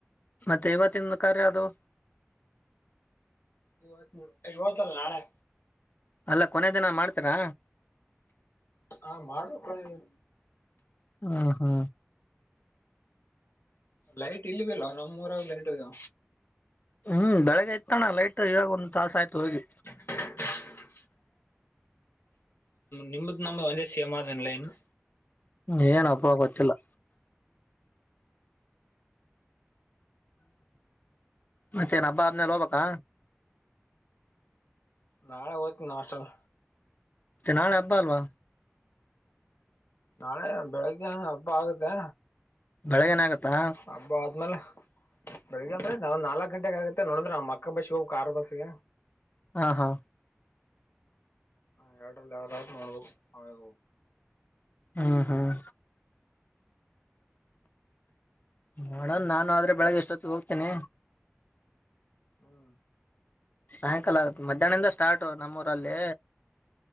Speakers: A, on the left; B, on the left.
A: ಮತ್ತೇ ಯಾವತ್ತು ಕಾರ್ಯಾದು ಅದು.
B: ಇವತ್ತು ಹತಲ್ಲ ನಾಳೆ.
A: ಅಲ್ಲ ಕೊನೇ ದನ ಮಾಡ್ತರಾ.
B: ಹಾ ಮಾಡಬೇಕ ಕೊ.
A: ಹಾ ಹಾ.
B: ಲೈಟ್ ಇಲ್ಲಿ ಬಲ್ವಾ ನಮ್ಮ ಊರಾಗ್ ಲೈಟ್ ಇಲ್ಲ.
A: ಹ್ಮ್ ಬೆಳಗ್ ಇಯತ್ತುತಣ್ಣ ಲೈಟ್ ಇವಾಗ ಒಂದ್ ತಾಸ ಆಯ್ತು ಹೋಗಿ.
B: <inaudible> ನಿಮ್ದ ನಮ್ಗೆ ಒಂದೇ ಸೇಮನಲ್ಲ ಇನ್ನು.
A: ಏನಪ್ಪ ಗೊತ್ತಿಲ್ಲ. ಮತ್ತೆ ಹಬ್ಬ ಆದ್ಮೇಲೆ ಹೋಗ್ಬೇಕಾ
B: ನಾಳೆ ಹೋದ್ತ ನ ಹಾಸ್ಟೆಲ್
A: ಮತ್ತೆ ನಾಳೆ ಹಬ್ಬ ಅಲ್ವಾ.
B: ನಾಳೆ ಬೆಳಗ್ಗೆಂದ ಹಬ್ಬ ಆಗುತ್ತೆ.
A: ಬೆಳಗ್ ಏನ ಆಗತ್ತಾ.
B: ಹಬ್ಬ ಆದ್ಮೇಲೆ ಬೆಳಿಗ್ಗೆ ಅಂದ್ರೆ ನಾವ್ ನಾಲ್ಕಕ್ ಗಂಟೆಗ ಆಗತ್ತೆ ನೋಡದ್ರ ನ ಅಕ್ಕ ಬಸಿ ಹೋಗ ಕಾರಾರ್ ದಸಗ.
A: ಹಾ ಹಾ.
B: ಎರಡರಲ್ಲಿ ಯಾವುದಾದರೂ ನೋಡ್ಬೇಕು.
A: ಹ್ಮ್ ಹ್ಮ್. ನೋಡನ್ ನಾನು ಆದ್ರೆ ಬೆಳಗ್ಗೆ ಎಷ್ಟೊತ್ತ ಹೋಗ್ತೇನ.
B: ಹ್ಮ್.
A: ಸಾಯಂಕಾಲ ಆಗುತ್ತ ಮಧ್ಯಾಹ್ನದಿಂದಷ್ಟ. ತಗೊಂಡ್ ನಮ್ಮೂಊರಲ್ಲಿ